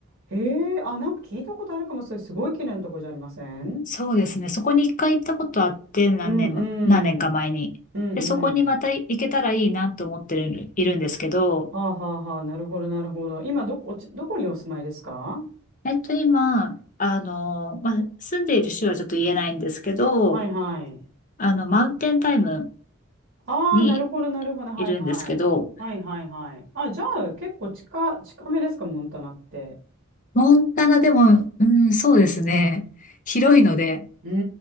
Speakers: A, on the right; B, on the left.
A: へえ、あ、なんか聞いたことあるかも、それすごい綺麗なとこじゃありません
B: そうですね。そこに一回行ったことあって、何年も、
A: うんう
B: 何年か前に。
A: ん、うんうん。
B: で、そこにまた行けたらいいなと思ってる、いるんですけど、
A: はあはあはあ、なるほど、なるほど。今、どこ、おち、どこにお住まいですか
B: えっと、今、あの、まあ、住んでいる州はちょっと言えないんですけど、
A: はいはい。
B: あの、マウンテンタイム
A: ああ、
B: に
A: なるほど、なるほど。はいはい。
B: いるんですけど、
A: はいはいはい。あ、じゃあ、結構近、近めですか、モンタナって。
B: モンタナでも、うん、そうですね。広いので、
A: うん